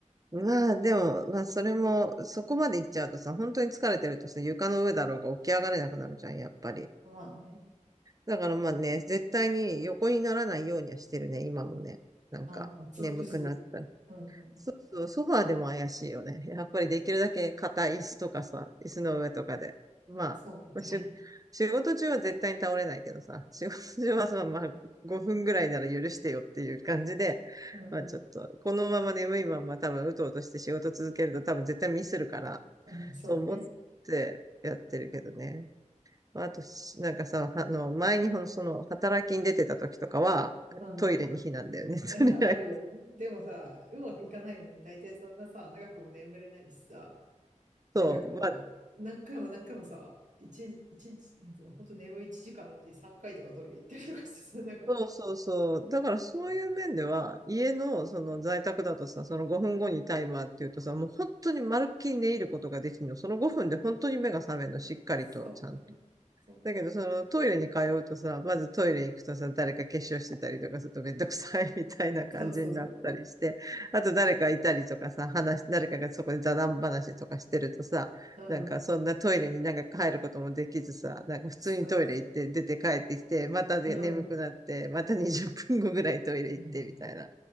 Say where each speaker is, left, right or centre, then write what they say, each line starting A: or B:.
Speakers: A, on the right; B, on the right.
A: まあ、でも、まあ、それも、そこまで行っちゃうとさ、本当に疲れてるとさ、床の上だろうが起き上がれなくなるじゃん、やっぱり。
B: まあね。
A: だからまあね、絶対に横にならないようにはしてるね、今もね。なんか、
B: ああ、突っ伏す。
A: 眠くなった
B: うんうん。
A: そうそう、ソファーでも怪しいよね。やっぱりできるだけ硬い椅子とかさ、椅子の上とかで。まあ、
B: そうね。
A: まあしゅ、仕事中は絶対に倒れないけどさ、仕事中はさ、まあ5分ぐらいなら許してよっていう感じで、
B: うん。
A: まあちょっと、このまま眠いまま多分うとうとして仕事続けると多分絶対ミスるから、
B: うん、そうね。
A: と思ってやってるけどね。まあと、しなんかさ、あの、前にほんその、働きに出てた時とかは、
B: うん。
A: トイレに避難だよね、<laughs> とりあえず。
B: <laughs> あるよね。でもさ、うまくいかないよね。大体そんなさ、長くも眠れないしさ、
A: そう。
B: なんかこう、
A: まあ
B: 何回も何回もさ、一、一日、なんつうの、ほんと眠い1時間のうち3回とかトイレ行ったりとかしてさ、なんか、
A: そうそうそう。だからそういう面では、家のその在宅だとさ、その5分後にタイマーっていうとさ、もう本当にまるっきり寝入ることができるの。その5分で本当に目が覚めるの、しっかりと、
B: そうね。
A: ちゃんと。
B: そうね。
A: だけど、そのトイレに通うとさ、まずトイレ行くとさ、誰か化粧してたりとかするとめんどくさいみたいな感じになったりして、
B: そうそう。
A: あと誰かいたりとかさ、話、誰かがそこで座談話とかしてるとさ、
B: うん、
A: なんかそんなトイレになんか入ることもできずさ、なんか普通にトイレ行って出て帰ってきて、
B: そう、
A: またで眠くなって、
B: うん、
A: また20分後ぐらいトイレ行ってみたいな
B: うん、